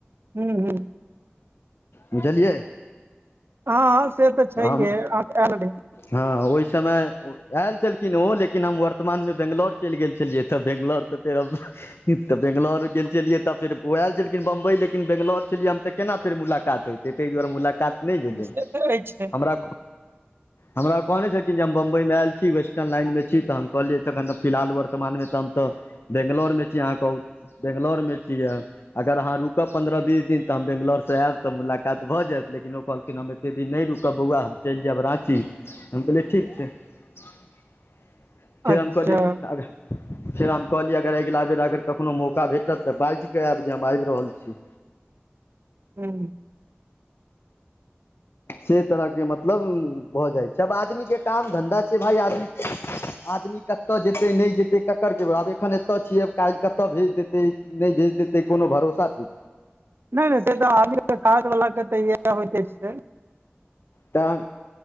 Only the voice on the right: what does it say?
हू हू
हँ हँ से तऽ छैही
आयल रहै
से तऽ अछि
अच्छा
हू
नहि नहि से तऽ आबी काज बला के तऽ इएह होइते छै